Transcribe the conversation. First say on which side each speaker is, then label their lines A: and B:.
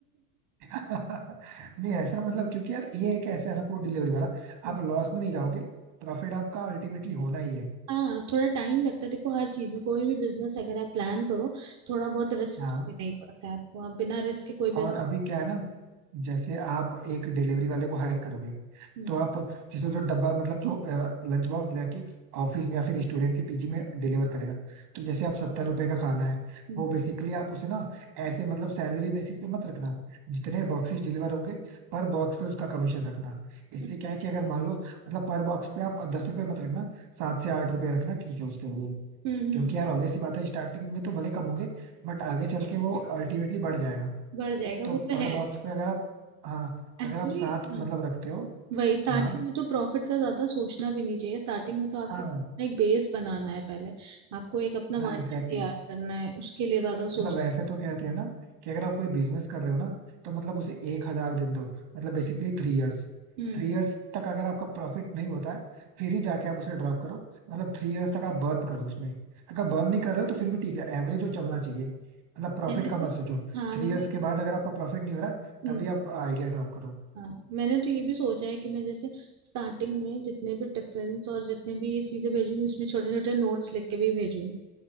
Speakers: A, on the right; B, on the right.
A: <laughs> नहीं ऐसा मतलब क्योंकि यार ये एक ऐसा है ना फूड डिलीवरी वाला
B: <laughs> हाँ
A: आप लॉस में नहीं जाओगे प्रॉफिट आपका अल्टीमेटली होना ही है
B: हाँ थोड़ा टाइम लगता है देखो हर चीज में कोई भी बिजनेस अगर आप प्लान करो थोड़ा बहुत रिस्क
A: हाँ
B: लेना ही पड़ता है आपको आप बिना रिस्क के कोई बिजनेस
A: और अभी क्या है ना जैसे आप एक डिलीवरी वाले को हायर करोगे
B: हम्म
A: तो आप जैसे जो डब्बा मतलब जो लंच बॉक्स लेके ऑफिस में या फिर स्टूडेंट के पीजी में डिलीवर करेगा तो जैसे आप सत्तर रुपए का खाना है
B: हम्म
A: वो बेसिकली आप उसे ना ऐसे मतलब सैलरी बेसिस पे मत रखना जितने बॉक्सेस डिलीवर होंगे पर बॉक्स पे उसका कमीशन रखना इससे
B: हम्म,
A: क्या है कि अगर मान लो मतलब पर बॉक्स पे आप दस रुपए मत रखना सात से आठ रुपए रखना ठीक है उसके लिए
B: हम्म, हम्म,
A: क्योंकि यार ऑब्वियस सी बात है स्टार्टिंग में तो भले कम होंगे बट आगे चल के वो अल्टीमेटली बढ़ जाएगा
B: बढ़ जाएगा
A: तो
B: वो तो
A: पर
B: है
A: बॉक्स पे अगर आप हाँ
B: एक्चुअली
A: अगर आप सात मतलब रखते हो
B: वही स्टार्टिंग
A: हाँ
B: में तो प्रॉफिट का ज्यादा सोचना भी नहीं चाहिए स्टार्टिंग में तो आपको
A: हाँ
B: अपना एक बेस बनाना है पहले आपको एक अपना मार्केट
A: हाँ एग्जैक्टली
B: तैयार
A: exactly.
B: करना है उसके लिए ज्यादा
A: मतलब
B: सोच
A: वैसे तो कहते हैं ना कि अगर आप कोई बिजनेस कर रहे हो ना तो मतलब उसे एक हजार दिन दो मतलब basically three years
B: हम्म
A: Three years तक अगर आपका प्रॉफिट नहीं होता है फिर ही जाके आप उसे ड्रॉप करो मतलब थ्री इयर्स तक आप बर्न करो उसमें अगर बर्न नहीं कर रहे हो तो फिर भी ठीक है एवरेज जो चलना चाहिए मतलब प्रॉफिट
B: मैंने
A: का
B: तो
A: मत सोचो
B: हाँ
A: थ्री
B: मैंने
A: इयर्स के बाद अगर आपका प्रॉफिट नहीं हो रहा
B: हम्म,
A: तभी आप आइडिया ड्रॉप करो
B: हाँ मैंने तो ये भी सोचा है कि मैं जैसे स्टार्टिंग में जितने भी टिफिन और जितने भी ये चीजें भेजूंगी उसमें छोटे छोटे नोट्स लिख के भी भेजूंगी